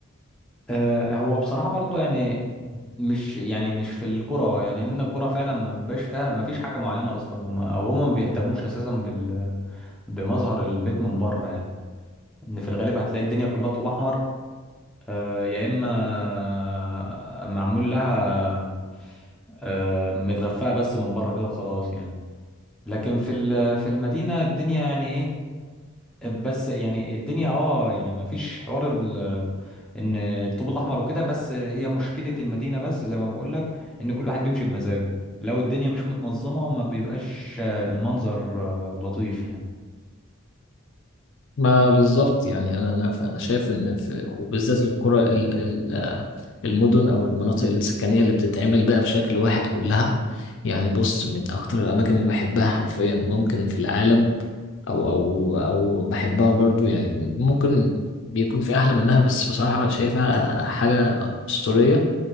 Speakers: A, in the centre; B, on the left.
A: آه هو بصراحة برضو يعني مش يعني مش في الكرة يعني لأن الكرة فعلا ما بيبقاش فيها ما فيش حاجة معينة أصلا هما أو هما ما بيهتموش أساسا بال بمظهر البيت من بره يعني إن في الغالب هتلاقي الدنيا كلها طوب أحمر آه يا إما معمول لها آه متغفاء بس من بره كده وخلاص يعني لكن في ال- في المدينة الدنيا يعني إيه بس يعني الدنيا اه يعني ما فيش حوار ال ان الطوب الاحمر وكده بس هي مشكله المدينه بس زي ما بقول لك ان كل واحد بيمشي بمزاجه لو الدنيا مش متنظمه ما بيبقاش المنظر لطيف يعني
B: ما بالظبط يعني انا انا انا شايف ان في وبالذات القرى ال- ال- المدن او المناطق السكنية اللي بتتعمل بقى بشكل واحد كلها يعني بص من اكتر الاماكن اللي بحبها حرفيا ممكن في العالم او او او بحبها برضو يعني ممكن بيكون في احلى منها بس بصراحة شايفها حاجة أسطورية